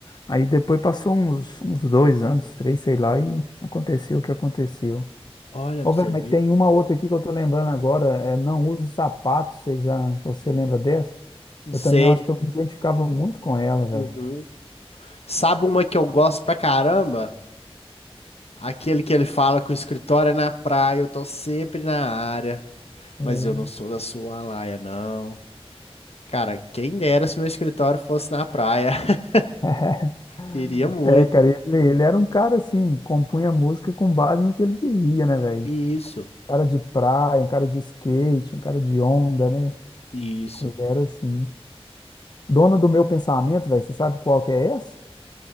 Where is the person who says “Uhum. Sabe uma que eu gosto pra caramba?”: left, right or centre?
Left